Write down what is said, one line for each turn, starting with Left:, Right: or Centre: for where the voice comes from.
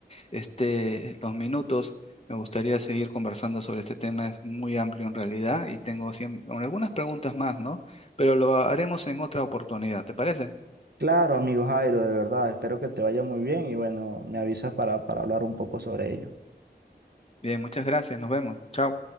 Left: este, los minutos. Me gustaría seguir conversando sobre este tema, es muy amplio en realidad y tengo siem- con algunas preguntas más, ¿no? Pero lo haremos en otra oportunidad, ¿te parece?
Right: Claro, amigo Jairo, de verdad, espero que te vaya muy bien y bueno, me avisas para, para hablar un poco sobre ello.
Left: Bien, muchas gracias, nos vemos. Chao.